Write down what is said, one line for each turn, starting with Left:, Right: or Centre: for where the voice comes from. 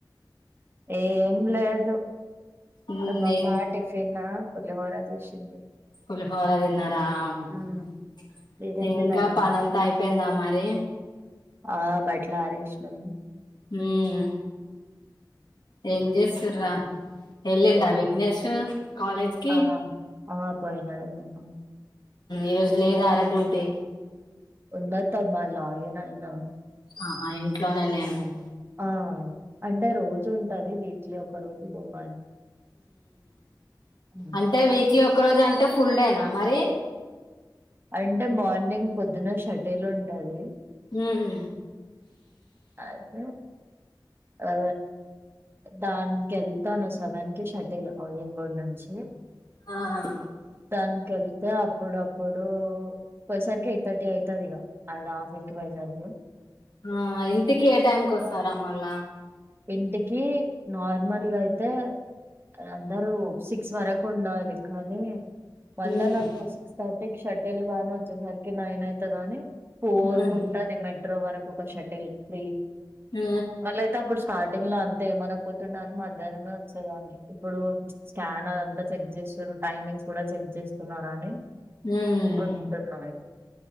Right: ఏం లేదు
Left: ఉమ్,
Right: మామ్మ
Left: ఏం
Right: టిఫిన్ పర్లివరా చేసింది
Left: పుల్హోాల విన్నాన్నారు రా
Right: ఉమ్, మీరేం
Left: ఇంకా
Right: తిన్నారు అక్క
Left: పనంతా అయిపోయిందా మరి
Right: ఆ బడ్లరేష్ణం
Left: ఉమ్ ఏం చేస్తురా వెళ్ళండా
Right: ఏ
Left: విఘ్నేష్ కాలేజ్కిి
Right: ఆ ఆ పోయనాడతుమ్న్నా
Left: ఈరోోజు లేదాార డ్యూటీ
Right: ఉన్నత మళగేననా
Left: ఆహా ఇంట్లోనేనేమడి
Right: ఆ అంటే రోజు ఉంటది వీటిలో ఒక రోజు పోవాలి ఆ.
Left: అంటే వీక్లీ ఒక రోజు అంటే ఫుల్డేనా మరి
Right: అంటే మార్నింగ్ పొద్దున షటేల్ ఉంటది
Left: ఉమ్
Right: అద అ దానినికి వెళ్తాను సెవెన్ కి షటిల్ హౌజింగ్ బోర్డ్ నుంచి
Left: ఆ
Right: తన్ కవి అయితే అప్పుడప్పుడు పోయేసరికి ఎయిట్ థర్టీ అవుతది ఇక అండ్ ఆఫీస్ కి పోయేసరికి
Left: ఆ ఇంటికి ఏ టైంకి వస్తారామ్మళ
Right: ఎంతకి నార్మల్గా అయితే అందరూ సిక్స్ వరకు ఉండాలి కానీ మళ్ళా
Left: ఉమ్
Right: నాకు సిక్స్ థర్టీ షటిల్ గాని వచ్చేసరికి నైన్ అవుతుదని కోరుకుంటుది
Left: ఉమ్
Right: మెట్రో వరకు ఒక షటిల్ ఫ్రీ
Left: హ
Right: అయి అప్పుడు స్టార్టింగ్ లో అంత అే ఏమన పోతుండ అని మధ్యాహ్నం వచ్చేదాన్ని ఇప్పుడు స్కాన్ అదంతా చెక్ చేారు టైమింగ్ కూడా చెక్ చేస్తున్న అని
Left: ఉమ్
Right: ఉంటున్నా